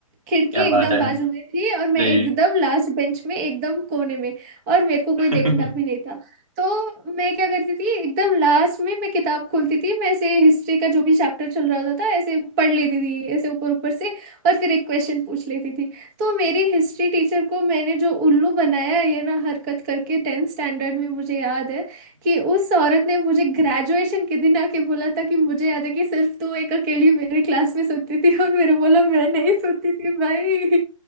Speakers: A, on the right (about 30°); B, on the right (about 90°).
A: खिड़की
B: क्या
A: एकदम
B: बात है
A: बाजू में थी और मैं
B: जी
A: एकदम लास्ट बेंच में एकदम कोने में और मेरे को कोई
B: <laughs>
A: देखना भी नहीं था तो मैं क्या करती थी एकदम लास्ट में मैं किताब खोलती थी मैं ऐसे हिस्ट्री का जो भी चैप्टर चल रहा होता था ऐसे पढ़ लेती थी ऐसे ऊपर ऊपर से और फिर एक क्वेश्चन पूछ लेती थी तो मेरी हिस्ट्री टीचर को मैंने जो उल्लू बनाया है ये ना हरकत करके टेंथ स्टैंडर्ड में मुझे याद है कि उस औरत ने मुझे ग्रेजुएशन के दिन आके बोला था कि मुझे याद है कि सिर्फ तू एक अकेली मेरी क्लास में सोती थी और मेरे बोला मैं नहीं सोती थी भाई